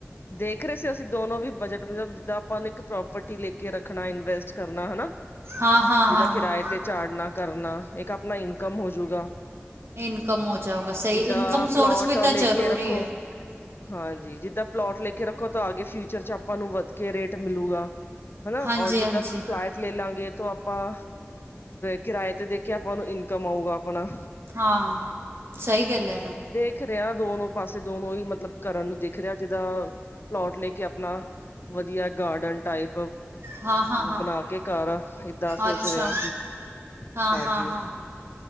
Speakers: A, on the left; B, on the right.
A: ਦੇਖ ਰਹੇ ਸੀ ਅਸੀਂ ਦੋਨੋ ਵੀ ਬਜਟ ਮਤਲਬ ਜਿੱਦਾਂ ਆਪਾਂ ਇੱਕ ਪ੍ਰੋਪਰਟੀ ਲੈ ਕੇ ਰੱਖਣਾ, ਇਨਵੈਸਟ ਕਰਨਾ ਹੈਨਾ।
B: ਹਾਂ ਹਾਂ
A: ਜਿਦਾਂ
B: ਹਾਂ ਹਾਂ
A: ਕਿਰਾਏ ਤੇ ਚਾੜ੍ਹਨਾ ਕਰਨਾ, ਇੱਕ ਆਪਣਾ ਇਨਕਮ ਹੋਜੂਗਾ।
B: ਇੰਕਮ ਹੋ ਜਾਓਗਾ, ਸਹੀ।
A: ਜਿੱਦਾਂ
B: ਇੰਕਮ ਸੋਰਸ
A: ਪਲੋਟ
B: ਵੀ ਤਾਂ
A: ਲੈ
B: ਜ਼ਰੂਰੀ
A: ਕੇ ਰੱਖੋ
B: ਹੈ।
A: ਹਾਂਜੀ, ਜਿੱਦਾਂ ਪਲੋਟ ਲੈਕੇ ਰੱਖੋ ਤਾਂ ਆਗੇ ਫਿਊਚਰ ਚ ਆਪਾਂ ਨੂੰ ਵੱਧ ਕੇ ਰੇਟ ਮਿਲੂਗਾ। ਹੈਨਾ,
B: ਹਾਂਜੀ
A: ਔਰ ਜਿੱਦਾਂ
B: ਹਾਂਜੀ
A: ਪਲਾਟ ਲੈ ਲਾਂਗੇ ਤੋ ਆਪਾਂ ਕਿਰਾਏ ਤੇ ਦੇ ਕੇ ਆਪਾਂ ਨੂੰ ਇਨਕਮ ਆਊਗਾ ਆਪਣਾ।
B: ਹਾਂ। ਸਹੀ ਗੱਲ ਹੈ ਨਾ।
A: ਦਿਖ ਰਿਹਾ ਦੋਨੋ ਪਾਸੇ, ਦੋਨੋ ਹੀ ਮਤਲਬ ਕਰਨ ਨੂੰ ਦਿਖ ਰਿਹਾ। ਜਿਦਾਂ, ਪਲੋਟ ਲੈਕੇ ਆਪਣਾ ਵਧੀਆ ਗਾਰਡਨ ਟਾਈਪ
B: ਹਾਂ ਹਾਂ ਹਾਂ
A: ਬਣਾ ਕੇ ਘਰ, ਏਦਾਂ ਸੋਚ
B: ਅੱਛਾ
A: ਰਿਹਾ ਸੀ।
B: ਹਾਂ
A: ਹਾਂਜੀ
B: -ਹਾਂ- ਹਾਂ